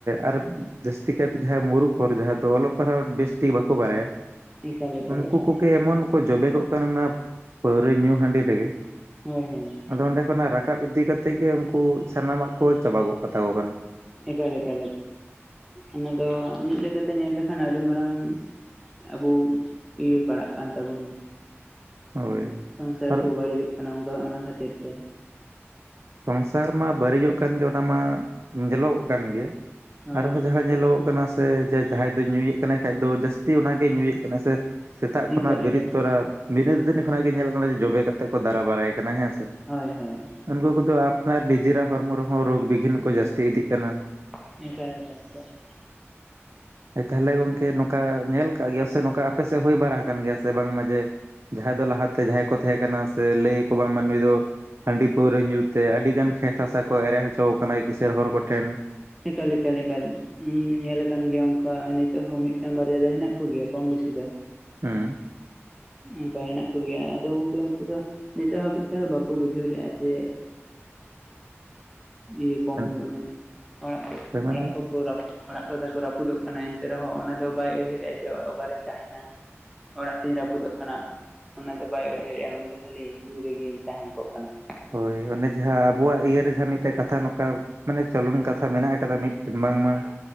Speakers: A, on the right (about 65°); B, in the centre.
A: ᱟᱨ ᱡᱟᱹᱥᱛᱤ ᱠᱟᱭᱛᱮ ᱡᱟᱦᱟᱸ ᱢᱩᱨᱩᱠᱷ ᱦᱚᱨ ᱡᱟᱦᱟᱸ ᱫᱚ ᱚᱞᱚᱜ ᱯᱟᱲᱦᱟᱜ ᱵᱮᱥᱴᱷᱤᱠ ᱵᱟᱠᱚ ᱵᱟᱲᱟᱭᱟ᱾
B: ᱮᱠᱟᱞ ᱮᱠᱟᱞ
A: ᱩᱱᱠᱩ
B: ᱮᱠᱟᱞ
A: ᱠᱚᱜᱮ ᱮᱢᱚᱱ ᱠᱚ ᱡᱚᱵᱮᱠᱚᱜ ᱠᱟᱱᱟ, ᱚᱱᱟ ᱯᱟᱹᱣᱨᱟᱹ ᱧᱩ ᱦᱟᱺᱰᱤ ᱨᱮᱜᱮ᱾
B: ᱦᱳᱭ ᱦᱳᱭ,
A: ᱟᱫᱚ ᱚᱸᱰᱮ ᱠᱷᱚᱱᱟᱜ ᱨᱟᱠᱟᱵ ᱤᱫᱤ ᱠᱟ ᱠᱟᱛᱮᱫ ᱜᱮ ᱩᱱᱠᱩ ᱥᱟᱱᱟᱢᱟᱜ ᱠᱚ ᱪᱟᱵᱟ ᱜᱚᱫ ᱠᱟᱛᱟ ᱠᱚ ᱠᱟᱱᱟ᱾
B: ᱮᱠᱟᱞ ᱞᱮᱠᱟ ᱚᱱᱟ ᱫᱚ ᱢᱤᱫ ᱞᱮᱠᱟᱛᱮ ᱧᱮᱞ ᱞᱮᱠᱷᱟᱱ ᱟᱹᱰᱤ ᱢᱟᱨᱟᱝ ᱟᱵᱩ ᱤᱭᱟᱹ ᱵᱟᱲᱟᱜ ᱠᱟᱱ ᱛᱟᱵᱚᱱᱟ᱾
A: ᱦᱳᱭ
B: ᱥᱚᱝᱥᱟᱨ
A: ᱟᱨ
B: ᱠᱚ ᱵᱟᱹᱲᱤᱡᱚᱜ ᱠᱟᱱᱟ, ᱚᱱᱠᱟ ᱚᱱᱟ ᱠᱷᱟᱹᱛᱤᱨ ᱛᱮ᱾
A: ᱥᱚᱝᱥᱟᱨ ᱢᱟ ᱵᱟᱹᱲᱤᱡᱚᱜ ᱠᱟᱱ ᱜᱮ ᱚᱱᱟ ᱢᱟ ᱧᱮᱞᱚᱜᱚᱜ ᱠᱟᱱ ᱜᱮᱭᱟ᱾
B: ᱦᱳᱭ
A: ᱟᱨᱦᱚᱸ
B: ᱦᱳᱭ
A: ᱡᱟᱦᱟᱸ ᱧᱮᱞᱚᱜᱚᱜ ᱠᱟᱱᱟ ᱥᱮ ᱡᱟᱦᱟᱸᱭ ᱯᱮ ᱧᱩᱭᱮᱫ ᱠᱟᱱᱟᱭ ᱠᱷᱟ ᱫᱚ ᱡᱟᱹᱥᱛᱤ ᱚᱱᱟᱜᱮ ᱧᱩᱭᱮᱫ ᱠᱟᱱᱟᱭ ᱥᱮ ᱥᱮᱛᱟᱜ ᱠᱷᱚᱱᱟᱜ
B: ᱮᱠᱟᱞ
A: ᱵᱮᱨᱮᱫ
B: ᱮᱠᱟᱞ
A: ᱛᱚᱨᱟ ᱵᱤᱱᱟᱹ ᱫᱟᱹᱛᱟᱹᱱᱤ ᱠᱷᱚᱱᱟᱜ ᱜᱮ ᱧᱮᱞ ᱠᱟᱱᱟᱮ ᱡᱚᱵᱮ ᱠᱟᱛᱮ ᱠᱚ ᱫᱟᱨᱟ ᱵᱟᱲᱟᱭ ᱠᱟᱱᱟ ᱦᱮᱸ ᱥᱮ᱾
B: ᱦᱳᱭ ᱦᱳᱭ
A: ᱩᱱᱠᱩ ᱠᱚᱫᱚ ᱟᱯᱱᱟᱨ ᱱᱤᱡᱮᱨᱟᱜ ᱦᱚᱲᱢᱚ ᱨᱮᱦᱚᱸ ᱨᱳᱜᱽ ᱵᱤᱜᱷᱤᱱ ᱠᱚ ᱡᱟᱹᱥᱛᱤ ᱤᱫᱤᱜ ᱠᱟᱱᱟ ᱾
B: <unintelligible>
A: <inaudible> ᱛᱟᱦᱚᱞᱮ ᱜᱚᱝᱠᱮ ᱱᱚᱝᱠᱟ ᱧᱮᱞ ᱠᱟᱜ ᱜᱮᱭᱟ ᱥᱮ, ᱱᱚᱝᱠᱟ ᱟᱯᱮᱥᱮᱫ ᱦᱩᱭ ᱵᱟᱲᱟ ᱟᱠᱟᱱ ᱜᱮᱭᱟ ᱥᱮ, ᱵᱟᱝᱢᱟ ᱡᱮ ᱡᱟᱦᱟᱸᱭ ᱫᱚ ᱞᱟᱦᱟᱛᱮ ᱡᱟᱦᱟᱸᱭ ᱠᱚ ᱛᱟᱦᱮᱸ ᱠᱟᱱᱟ, ᱥᱮ ᱞᱟᱹᱭᱟᱠᱚ ᱵᱟᱝᱢᱟ ᱱᱩᱭ ᱫᱚ ᱦᱟᱺᱰᱤ ᱯᱟᱹᱣᱨᱟᱹ ᱧᱩᱛ ᱛᱮ ᱟᱹᱰᱤ ᱜᱟᱱ ᱠᱷᱮᱛ ᱦᱟᱥᱟ ᱠᱚ ᱮᱲᱮ ᱚᱪᱚ ᱟᱠᱟᱱᱟᱭ ᱠᱤᱥᱟᱹᱬ ᱦᱚᱲ ᱠᱚᱴᱷᱮᱱ ᱾
B: ᱮᱠᱟᱞ ᱮᱠᱟᱞ ᱮᱠᱟᱞ ᱧᱮᱞ ᱟᱠᱟᱱ ᱜᱮᱭᱟ, ᱩᱱᱠᱟ ᱱᱤᱛᱚᱜ ᱦᱚᱸ ᱢᱤᱫ ᱴᱟᱝ ᱵᱟᱨᱭᱟ ᱫᱚ ᱦᱮᱱᱟᱜ ᱠᱚ ᱜᱮᱭᱟ ᱾ ᱠᱚᱢ ᱵᱮᱥᱤ ᱫᱚ
A: ᱦᱮᱸ
B: ᱚᱱᱠᱟ ᱦᱮᱱᱟᱜ ᱠᱚᱜᱮᱭᱟ ᱟᱫᱚ ᱜᱚᱝᱠᱮ ᱩᱱᱠᱩ ᱫᱚ ᱱᱤᱛᱚᱜ ᱦᱟᱹᱵᱤᱡ ᱛᱮᱦᱚᱸ ᱵᱟᱠᱚ ᱵᱩᱡᱷᱟᱹᱣ ᱞᱮᱫᱜᱼᱟ ᱡᱮ
A: <inaudible>
B: ᱤᱭᱟᱹ ᱠᱚᱢ
A: ᱦᱮᱸ
B: ᱦᱩᱭᱩᱜᱼᱟ ᱢᱮᱱ ᱚᱲᱟᱜ ᱠᱚ
A: ᱢᱟᱱᱮ
B: ᱚᱲᱟᱜ ᱠᱚ ᱚᱲᱟᱜ ᱠᱚᱛᱟᱠᱚ ᱨᱟᱹᱯᱩᱫᱚᱜ ᱠᱟᱱᱟ, ᱮᱱᱛᱮ ᱨᱮᱦᱚᱸ ᱚᱱᱟ ᱫᱚ ᱵᱟᱭ ᱩᱭᱦᱟᱹᱨᱮᱜᱼᱟ ᱡᱮ ᱚᱠᱟᱨᱤᱧ ᱛᱟᱦᱮᱸᱱᱟ ᱾ ᱚᱲᱟᱜ ᱛᱤᱧ ᱨᱟᱹᱯᱩᱫᱚᱜ ᱠᱟᱱᱟ ᱾ ᱚᱱᱟ ᱫᱚ ᱵᱟᱭ ᱩᱭᱦᱟᱹᱨᱮᱜᱼᱟ ᱩᱱᱤ ᱫᱚ ᱠᱷᱟᱹᱞᱤ ᱧᱩ ᱨᱮᱜᱮᱭ ᱛᱟᱦᱮᱸᱱ ᱠᱚᱜ ᱠᱟᱱᱟᱭ ᱾
A: ᱦᱳᱭ ᱚᱱᱮ ᱡᱟᱦᱟᱸ ᱟᱵᱚᱣᱟᱜ ᱤᱭᱟ ᱡᱟᱦᱟᱸ ᱢᱤᱫᱴᱮᱱ ᱠᱟᱛᱷᱟ ᱱᱚᱝᱠᱟ ᱢᱟᱱᱮ ᱪᱚᱞᱚᱱ ᱠᱟᱛᱷᱟ ᱢᱮᱱᱟᱜ ᱠᱟᱫᱟ ᱢᱤᱫᱴᱮᱱ ᱵᱟᱝᱢᱟ,